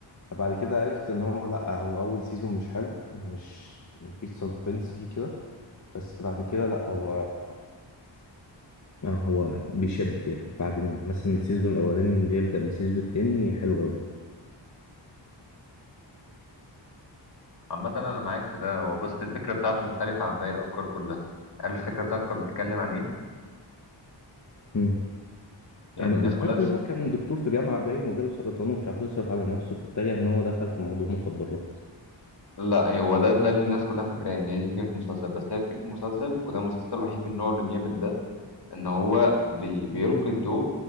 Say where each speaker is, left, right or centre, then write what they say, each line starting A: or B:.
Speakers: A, on the left (about 40°); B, on the left (about 55°).
A: فبعد كده عرفت ان هو لا هو اول سيزون مش حلو ومش مفيش سسبنس فيه كده بس بعد كده لا هو آه، هو بيشد يعني بعد مثلا السيزون الاولاني اللي يبدا من السيزون التاني حلو قوي
B: عامة أنا معاك في ده هو بس الفكرة بتاعته مختلفة عن باقي الأفكار كلها عارف الفكرة بتاعته كانت بتتكلم عن إيه؟
A: مم.
B: يعني
A: انا
B: الناس
A: الفكره
B: كلها
A: ان هو كان دكتور في جامعه باين وجاله سرطان ومش عارف يصرف على نفسه فاتجه ان هو دخل في موضوع مخدرات
B: لا هو ده ده اللي الناس كلها فاكراه إن هي دي فكرة المسلسل بس هي فكرة المسلسل وده المسلسل الوحيد من نوعه اللي بيعمل ده إن هو بي... بيلقي الضوء